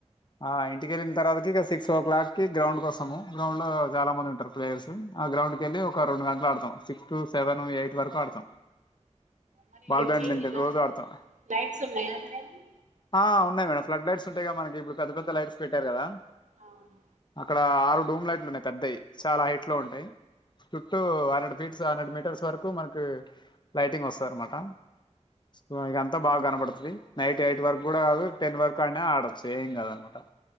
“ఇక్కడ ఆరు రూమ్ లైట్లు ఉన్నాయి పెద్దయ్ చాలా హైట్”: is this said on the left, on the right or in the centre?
Left